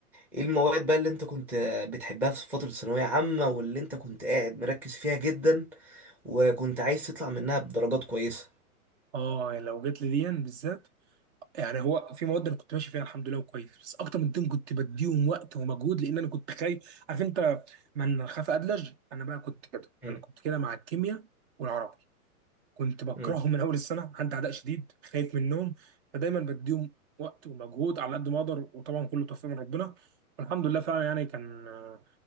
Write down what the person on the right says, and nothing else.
اه يعني لو جت لي دي بالذات يعني هو في مواد انا كنت ماشي فيها الحمد لله وكويس بس اكتر من دين كنت بديهم وقت ومجهود لان انا كنت خايف عارف انت من خاف ادلج انا بقى كنت كده
انا كنت كده مع الكيمياء والعربي كنت بكرههم
من اول السنه عندي عداء شديد خايف منهم فدايما بديهم وقت ومجهود على قد ما اقدر وطبعا كله توفيق من ربنا والحمد لله فعلا يعني كان آه،